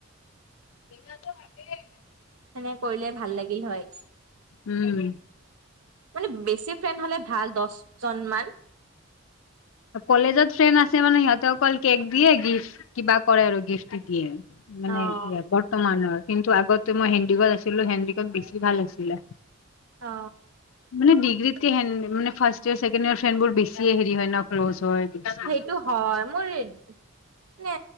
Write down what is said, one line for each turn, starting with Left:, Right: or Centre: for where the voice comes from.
Left: <unintelligible>
Right: সেনে কৰিলে ভাল লাগিল হয়।
Left: উম।
Right: মানে বেছি ফ্ৰেণ্ড হ'লে ভাল দহজন মান।
Left: কলেজত ফ্ৰেণ্ড আছে মানে সিহঁতে অকল কেক দিয়ে গিফ্ট কিবা কৰে আৰু গিফ্ট দিয়ে। মানে
Right: অ',
Left: বৰ্তমানৰ, কিন্তু আগতে মই হেণ্ডিকত আছিলো হেণ্ডিকত বেছি ভাল আছিলে।
Right: অ।
Left: মানে ডিগ্ৰীতে হেন মানে first year, second year, friend বোৰ বেছিয়ে হেৰি হয় ন ক্ল'জ হয়।
Right: টো হয়, মোৰ মানে